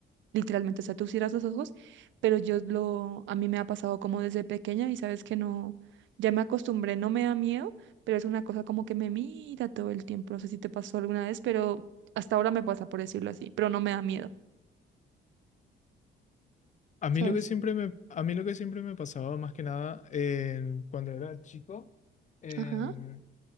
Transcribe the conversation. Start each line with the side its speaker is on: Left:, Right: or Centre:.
Right: Literalmente, o sea, tú cierras los ojos, pero yo lo, a mí me ha pasado como desde pequeña y sabes que no, ya me acostumbré, no me da miedo, pero es una cosa como que me mira todo el tiempo. No sé si te pasó alguna vez, pero hasta ahora me pasa, por decirlo así, pero no me da miedo,
Left: A mí
Right: ¿sabes?
Left: lo que siempre me, a mí lo que siempre me pasaba más que nada en- cuando era chico, en-
Right: Ajá,